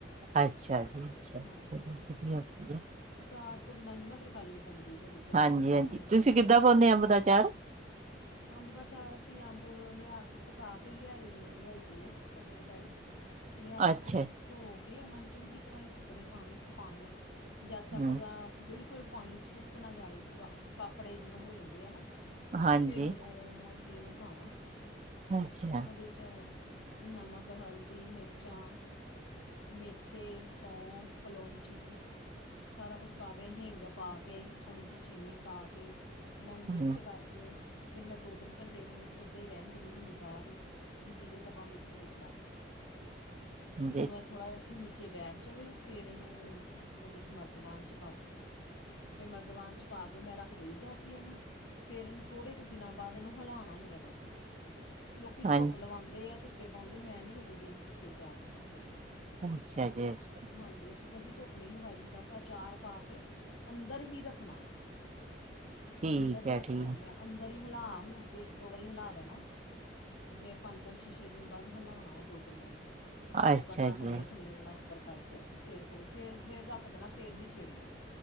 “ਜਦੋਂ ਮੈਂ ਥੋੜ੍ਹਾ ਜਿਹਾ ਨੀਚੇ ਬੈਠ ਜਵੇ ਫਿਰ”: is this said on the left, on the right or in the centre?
Left